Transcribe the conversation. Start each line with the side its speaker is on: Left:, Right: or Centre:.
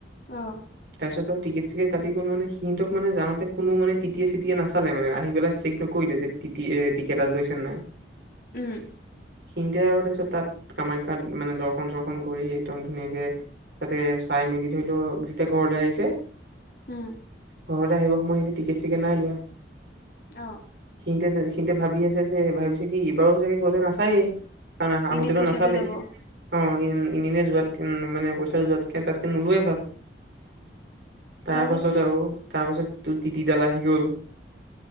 Left: অ
Right: তাৰপিছত আৰু টিকেট চিকেট কাটি গ'ল মানে সিহঁতক মানে যাওঁতে কোনো মানে টি টি টি টি য়ে নাচালে মানে আহি পেলাই চেক নকৰিলে যে টিকেট এটা লৈছে নাই
Left: উম
Right: সি আৰু তাৰিছত তাত কামাখ্যাত মানে দৰ্শন চৰ্শন কৰি একদম ধুনীয়াকে- তাতে চাই মেলি ধৰি লওক যেতিয়া ঘৰলৈ আহিছে।
Left: উম
Right: ঘৰতে আহিব সময় টিকেট চিকেট- নাই লোৱা
Left: অ
Right: সিতে সিহতে ভাবি আছে। যে ভাবিছে কি এইবাৰো চাগে গলে নাচায়েই কাৰণ আহোতেতো
Left: এনেই পইচাটো
Right: নাচালেই
Left: যাব
Right: অ ইনে যোৱাতকে মানে পইচা যোৱাতকে তাতকে নোলোৱাই ভাল তাৰ
Left: তাৰপিছত
Right: পাছত আৰু তাৰপাছত তোৰ টতিতিডাল আহি গল -